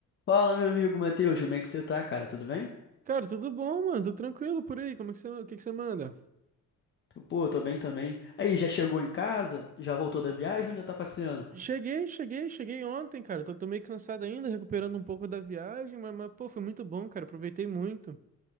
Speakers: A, on the left; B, on the right.
A: Fala, meu amigo Matheus, como é que você tá, cara? Tudo bem?
B: Cara, tudo bom, mano? Tô tranquilo por aí. Como é que você, o que que você manda?
A: Pô, tô bem também. Aí, já chegou em casa? Já voltou da viagem ou ainda tá passeando?
B: Cheguei, cheguei, cheguei ontem, cara. Tô, tô meio cansado ainda, recuperando um pouco da viagem, mas, mas, pô, foi muito bom, cara. Aproveitei muito.